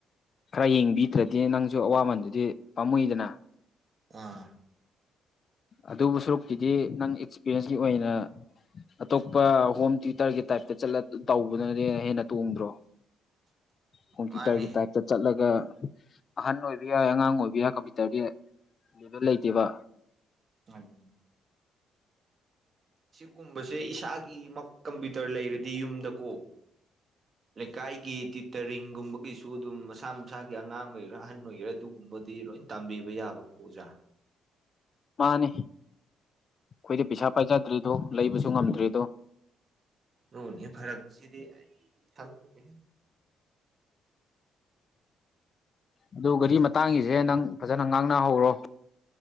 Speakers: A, on the left (about 45°); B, on the right (about 45°).
A: ꯈꯔ ꯌꯦꯡꯕꯤꯗ꯭ꯔꯗꯤ ꯅꯪꯁꯨ ꯑꯋꯥꯃꯟꯗꯨꯗꯤ ꯄꯥꯝꯃꯨꯏꯗꯅ
B: ꯑꯥ
A: ꯑꯗꯨꯕꯨ ꯁꯔꯨꯛꯇꯨꯗꯤ ꯅꯪ ꯑꯦꯛꯁꯄꯤꯔꯤꯌꯦꯟꯁꯀꯤ ꯑꯣꯏꯅ ꯑꯇꯣꯞꯄ ꯍꯣꯝ ꯇꯤꯌꯨꯇꯔꯒꯤ ꯇꯥꯏꯞꯇꯂ ꯇꯧꯕꯗꯨꯅꯗꯤ ꯍꯦꯟꯅ ꯇꯣꯡꯗ꯭ꯔꯣ
B: <unintelligible>
A: ꯍꯣꯝ
B: ꯃꯥꯅꯤ
A: ꯇꯨꯇꯔꯒꯤ ꯇꯥꯏꯞꯇ ꯆꯠꯂꯒ ꯑꯍꯟ ꯑꯣꯏꯕ ꯌꯥꯏ ꯑꯉꯥꯡ ꯑꯣꯏꯕ ꯌꯥꯏ ꯀꯝꯄ꯭ꯌꯨꯇꯔꯗꯤ ꯑꯗꯨꯗ ꯂꯩꯇꯦꯕ
B: ꯉꯥꯏ ꯑꯗꯨꯒꯨꯝꯕꯁꯦ ꯏꯁꯥꯒꯤ ꯀꯝꯄ꯭ꯌꯨꯇꯔ ꯂꯩꯔꯗꯤ ꯌꯨꯝꯗꯀꯣ ꯂꯩꯀꯥꯏꯒꯤ ꯇ꯭ꯌꯨꯇꯔꯤꯡꯒꯨꯝꯕꯒꯤꯁꯨ ꯑꯗꯨꯝ ꯃꯁꯥ ꯃꯁꯥꯒꯤ ꯑꯉꯥꯡ ꯑꯣꯏꯒꯦꯔꯥ ꯑꯍꯟ ꯑꯣꯏꯒꯦꯔꯥ ꯑꯗꯨꯒꯨꯝꯕ ꯕꯨꯗꯤ ꯂꯣꯏ ꯇꯝꯕꯤꯕ ꯌꯥꯕ ꯄꯨꯖꯥ
A: ꯃꯥꯟꯅꯦ ꯈꯣꯏꯗꯤ ꯄꯩꯁꯥ ꯄꯥꯏꯖꯗ꯭ꯔꯦ ꯇꯣꯞ ꯂꯩꯕꯖꯨ ꯉꯝꯗ꯭ꯔꯦꯗꯣ
B: ꯗꯨꯅꯦ ꯐꯔꯛꯁꯤꯗꯤ ꯈꯪꯗꯔꯦꯍꯦ
A: ꯑꯗꯨ ꯒꯔꯤ ꯃꯇꯥꯡꯒꯤꯖꯦ ꯅꯪ ꯐꯖꯅ ꯉꯥꯡꯅꯍꯧꯔꯣ